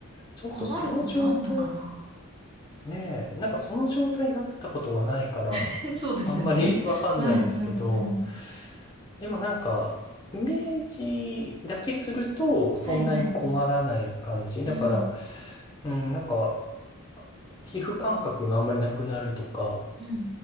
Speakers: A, on the left (about 20°); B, on the right (about 25°).
A: ちょっとその状態、
B: 困ることあんのかな
A: ねえ、なんかその状態になったことがないから、
B: <laughs> そうですよね。
A: あんまりわかんないですけど、
B: うんうんうん。
A: でもなんか、イメージだけすると、そんなに困らない感じ。
B: はいはいはい。うん。
A: だから、うん、なんか、皮膚感覚があんまりなくなるとか、
B: うんう